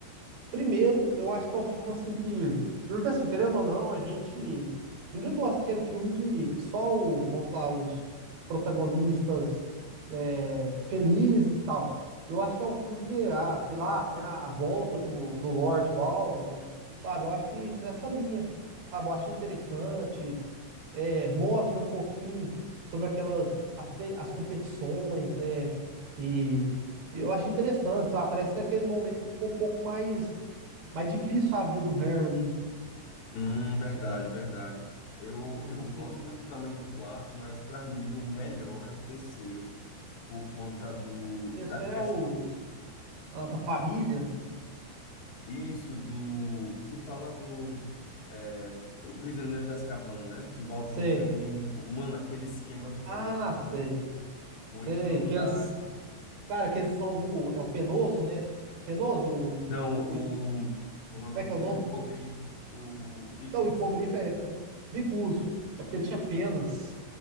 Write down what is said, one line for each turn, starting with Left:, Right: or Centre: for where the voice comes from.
Right: Primeiro, eu acho que é o filme assim que. Porque assim, querendo ou não, a gente. Ninguém gosta daquele filme de que só o, vamos falar, os protagonistas é, felizes e tal. Eu acho que é o filme que, ah, sei lá, tem a, a volta do, do Lord Voldemort, sabe? Eu acho que nessa linha, sabe? Eu achei interessante, é, mostra um pouquinho sobre aquelas, as, as competições, né? E eu acho interessante, sabe? Parece que é aquele momento que ficou um pouco mais mas difícil a vida do Harry ali.
Left: Hum, verdade, verdade. Eu,
Right: Eu
Left: eu
Right: gostei.
Left: gosto
Right: O
Left: muito também do quarto, mas para mim o melhor é o terceiro, por conta do
Right: Terceiro
Left: da ques-
Right: é o ah, da família.
Left: isso do que fala do é, o prisioneiro de Azkaban, né? Que volta
Right: Sei.
Left: no tempo. Mano, aquele esquema do
Right: Ah,
Left: tempo
Right: sei.
Left: pra mim foi
Right: Sei.
Left: fantástico.
Right: Que eles. Cara, que eles salvam. o- É o Penoso, né? Penoso. o-
Left: Não, o
Right: hi-
Left: como é o nome
Right: Como é que
Left: dele?
Right: é o nome?
Left: O hipogrifo, o Bicurso.
Right: Não, o hipogrifo é. Né? Bicuso. É porque ele tinha penas.